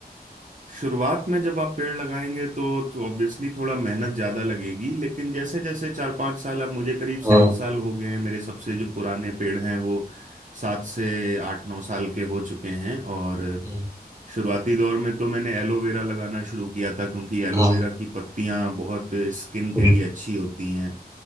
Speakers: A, on the right (about 50°); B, on the right (about 20°).
A: शुरुआत में जब आप पेड़ लगाएंगे तो तो ऑब्वियसली थोड़ा मेहनत ज्यादा लगेगी लेकिन जैसे जैसे चार पांच साल अब मुझे करीब
B: हाँ
A: सात साल हो गए हैं मेरे सबसे जो पुराने पेड़ हैं वो सात से आठ नौ साल के हो चुके हैं और
B: हम्म,
A: शुरुआती दौर में तो मैंने एलोवेरा लगाना शुरू किया था क्योंकि एलोवेरा
B: हाँ
A: की पत्तियां बहुत स्किन के
B: हम्म,
A: लिए अच्छी होती हैं